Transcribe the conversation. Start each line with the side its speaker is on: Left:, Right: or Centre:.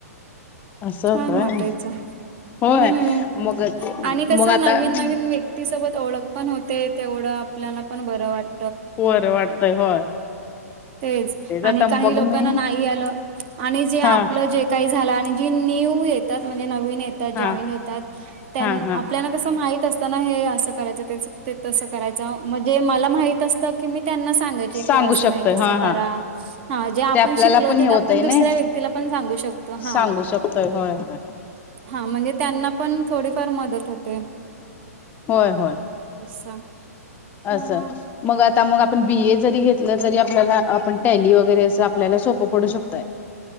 Left: असं
Right: छान
Left: होत व्हय
Right: वाटायचं.
Left: होय
Right: हम्म
Left: मग ते
Right: आणि कसं
Left: मग आता
Right: नवीन
Left: हम्म
Right: नवीन व्यक्तीसोबत ओळख पण होते, तेवढं आपल्याला पण बरं वाट
Left: बरं वाटतंय होय.
Right: तेच, आणि
Left: आता
Right: काही
Left: मग
Right: लोकांना
Left: मी
Right: नाही आलं आणि जे आपलं
Left: हा
Right: जे काय झाला, आणि जी न्यू येतात म्हणजे नवीन येतात जॉईन
Left: हा
Right: होतात त्यां
Left: हा हा
Right: आपल्याला कसं माहित असतं ना, हे असं करायचं ते तसं करायचं म्हणजे मला माहित असत की मी त्यांना सांगायची
Left: सांगू
Right: की असं
Left: शकतोय
Right: नाही तसं
Left: हा
Right: करा,
Left: हा
Right: हा जे आपण
Left: ते आपल्याला
Right: शिकलोय
Left: पण
Right: ते
Left: हे होतय
Right: आपण दुसऱ्या
Left: ना
Right: व्यक्तीला पण सांगू शकतो, हा.
Left: सांगू शकतोय होय होय
Right: हा म्हणजे त्यांना पण थोडीफार मदत होते.
Left: होय होय.
Right: असं मग
Left: असं, मग आता मग आपण बी ए जरी घेतलं तरी आपल्याला आपण टॅली वगैरे असं आपल्याला सोपं पडू शकतंय,